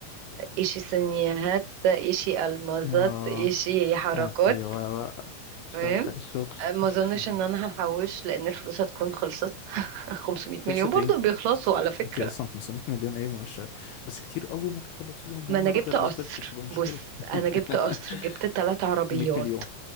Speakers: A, on the right (about 80°); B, on the left (about 80°).
A: ايشي سينيهات ايشي المازات
B: اه
A: ايشي حركات
B: ايوه بقى شغل
A: تمام
B: الشغل
A: آه، ما
B: <laughs>
A: اظنش ان انا هحوش لان الفلوس هتكون خلصت <laughs> 500 مليون
B: خلصت
A: برضو
B: ايه
A: بيخلصوا على فكره
B: انت اصلا 500 مليون ايه مش بس كتير قوي انك تخلصيهم
A: ما
B: يا نهار
A: انا جبت
B: ابيض
A: قصر
B: لو خلصوا تبقى مشكله
A: بص انا جبت
B: <laughs>
A: قصر جبت ثلاث عربيات
B: 100 مليون